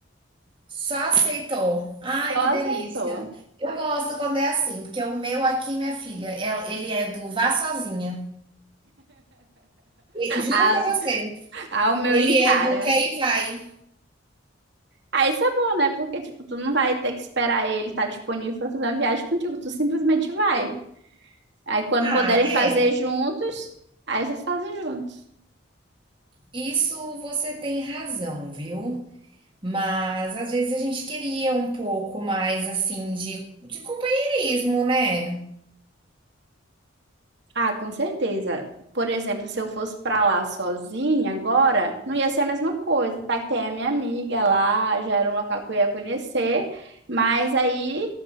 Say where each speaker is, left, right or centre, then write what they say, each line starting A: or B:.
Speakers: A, on the right (about 25°); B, on the right (about 60°).
A: só aceitou. Ai,
B: Só
A: que delícia.
B: aceitou.
A: Eu gosto quando é assim, porque o meu aqui, minha filha, é- ele é do vá sozinha. E- Juro
B: A,
A: pra você,
B: ao meu
A: ele
B: encara.
A: é do quer e vai.
B: Ah, isso é bom, né? Porque, tipo, tu não vai ter que esperar ele estar disponível para fazer uma viagem contigo. Tu simplesmente vai. Aí quando
A: Ah,
B: puderem fazer
A: é.
B: juntos, aí vocês fazem juntos.
A: Isso você tem razão, viu? Mas às vezes a gente queria um pouco mais assim de, de companheirismo, né?
B: Ah, com certeza. Por exemplo, se eu fosse pra lá sozinha agora, não ia ser a mesma coisa, tá? Que tem a minha amiga lá, já era um local que eu ia conhecer, mas aí